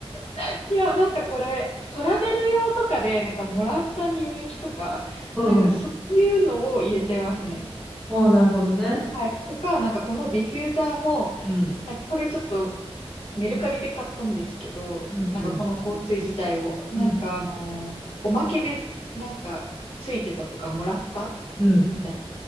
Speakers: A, on the left; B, in the centre.
A: <laughs> いや、なんかこれ、トラベル用とかで、なんかもらった乳液とか、
B: うんうん。
A: なんかそういうのを入れてますね。
B: ああ、なるほどね。
A: はい。とか、なんかこのディフューザーも、
B: うん。
A: なんかこれちょっとメルカリで買ったんですけど、
B: うん。
A: なんかこの香水自体を、
B: うん。
A: なんかあの、
B: うん。
A: おまけでなんかついてたとかもらった
B: うん
A: みたいな